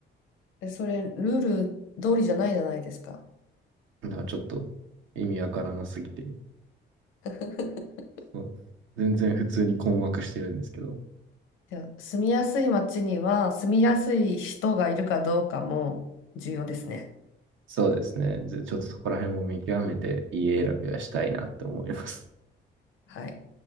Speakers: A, on the left; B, on the right.
A: で、それ、ルール通りじゃないじゃないですか。
B: だからちょっと意味わからなすぎて、
A: <laughs>
B: そう全然普通に困惑してるんですけど。
A: じゃあ住みやすい街には、住みやすい人がいるかどうかも重要ですね。
B: そうですね。ずちょっとそこら辺も見極めて家選びはしたいなって思います。
A: はい。